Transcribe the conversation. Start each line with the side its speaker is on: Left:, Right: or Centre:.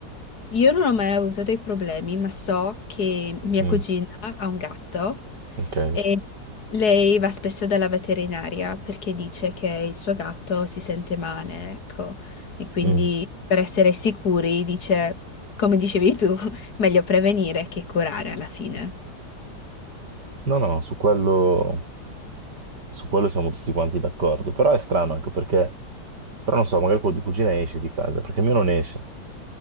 Left: io non ho mai avuto dei problemi, ma so che mia
Right: Mm,
Left: cugina ha un gatto.
Right: ok.
Left: E lei va spesso dalla veterinaria perché dice che il suo gatto si sente male, ecco. E quindi
Right: Mm.
Left: per essere sicuri dice, come dicevi tu, <laughs> meglio prevenire che curare alla fine.
Right: No, no, su quello, su quello siamo tutti quanti d'accordo. Però è strano anche perché, però non so, magari quello di cugina esce di casa, perché il mio non esce.